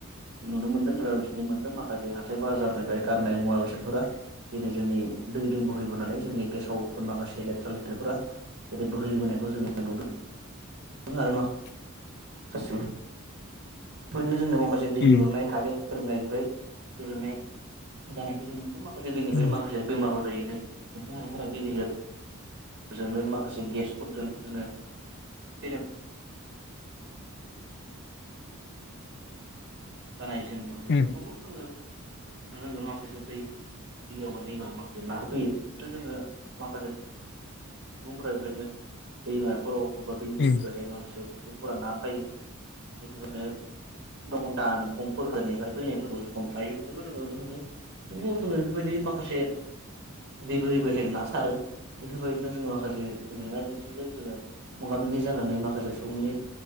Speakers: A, on the right (about 55°); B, on the left (about 55°).
A: नुनो मोनदों एबा मिथिनो मोनदों माखासे हाथाय बाजारनिफ्राय गारनाय मुवा बेसादफोरा दिनै जोंनि दै दों बोहैबोनानै जोंनि गेसावफोर माखासे लेथ्रा लेथ्राफोरा जेरै बोहैबोनायखौ जोङो नुदों! <unintelligible> <inaudible>
B: उम
A: <unintelligible>
B: उम
A: <unintelligible> जोंनो माखासे गेसफोरजों जोङो- <unintelligible> जानाय जों नुनो मोनदों
B: उम
A: नंगौ जोङो जोङो माखासे दै दैयावबा दैबाबो माखासे ना होफैयोनो जोङो माखासे सुबुंफोरा बेबायदिनो दैमाफोराव- बबेबा दै बोहैबाय
B: उम
A: थायो माखासे दखरा ना थायो बेफोरनो- <unintelligible> <inaudible> फुरखालनिफ्राय फैनायफोरखौ जों हमथायो बेफोरखौ जों ओरैनो मोनो। नोंगौ जों एफोरबायदि माखासे दै बोहैबाय थाय ना सारो बेफोरबायदिनो जोङो माखासे जेंना जेंसिजों जोङो मोगा मोगि जानानै माखासे सुबुंनि